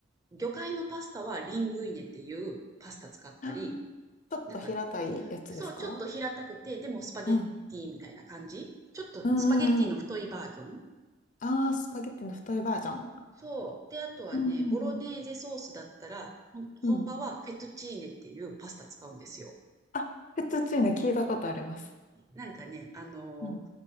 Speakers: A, on the right; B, on the left.
A: 魚介のパスタはリングイネっていうパスタ使ったり、
B: あーちょっと平たいやつですか
A: なんか、そう、ちょっと平たくて、でもスパゲッティみたいな感じ。
B: うん。
A: ちょっとスパゲッティの太いバージョン。
B: うんうんうん。ああ、スパゲッティの太いバージョン。
A: そう。で、あとはね、
B: うんうん
A: ボロネーゼソースだったら、ほん本場はフェトチーネっていうパスタ使うんですよ。
B: うん。うん。あ、フェットチーネ聞いたことあります。
A: なんかね、あのー
B: うん。